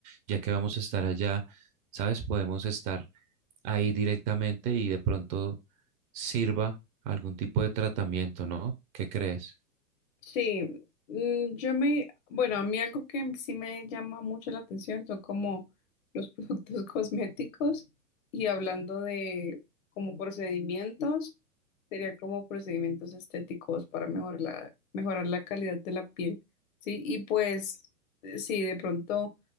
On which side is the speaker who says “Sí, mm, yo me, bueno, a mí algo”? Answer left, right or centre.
Left